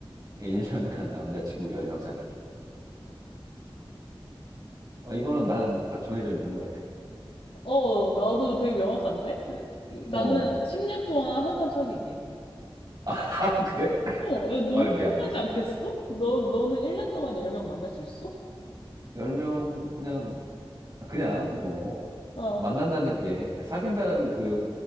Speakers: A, on the right; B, on the left.
A: 1년간 남자친구 열 명 사귀기. 어, 이거는 나는 딱 정해져 있는 것 같아.
B: 어, 나도 되게 명확한데? 나는
A: 어.
B: 10년 동안 한 사람 사귀기.
A: <laughs> 아, 그래?
B: 어, 야, 너무
A: 아, 미안,
B: 피곤하지
A: 미안.
B: 않겠어? 너, 너는 1년 동안 10명 만날 수 있어?
A: 열 명 그냥 그냥 뭐
B: 어,
A: 만난다는 게 사귄다는 그